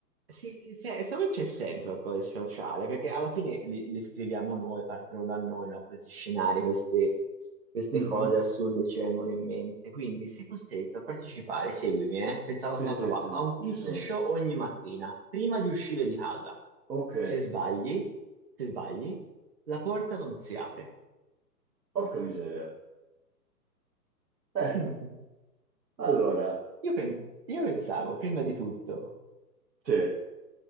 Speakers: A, on the right (about 35°); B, on the right (about 80°).
A: Sì, se- secondo me c'è sempre qualcosa di speciale, perché alla fine li, li scriviamo noi, partono da noi, no? Questi scenari, queste, queste
B: Mhm.
A: cose assurde ci vengono in mente. Quindi sei costretto a partecipare, seguimi, eh? Pensavo
B: Sì,
A: a sta cosa
B: sì,
A: qua,
B: sì,
A: a un quiz
B: ci sono.
A: show ogni mattina, prima di uscire di casa.
B: Ok,
A: Se sbagli, se sbagli, la porta non si apre.
B: porca miseria. Eh,
A: <laughs>
B: allora,
A: Io, pen- io pensavo, prima di tutto,
B: sì.